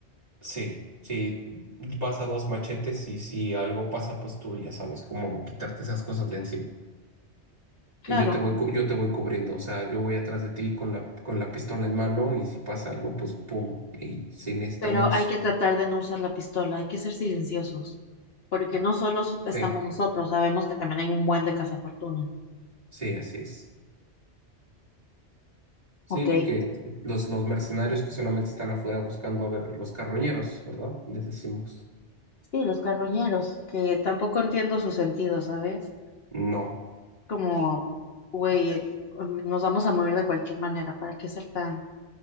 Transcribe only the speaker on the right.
Sí, sí, vas a dos machetes y si algo pasa, pues tú ya sabes cómo quitarte esas cosas de encima.
Y yo te voy, cu- yo te voy cubriendo, o sea, yo voy atrás de ti con la, con la pistola en mano y si pasa algo, pues pum. Y si necesitamos,
sí,
sí, así es. Sí,
que los, los mercenarios que solamente están afuera buscando a ver los carroñeros, ¿verdad? Les decimos.
No,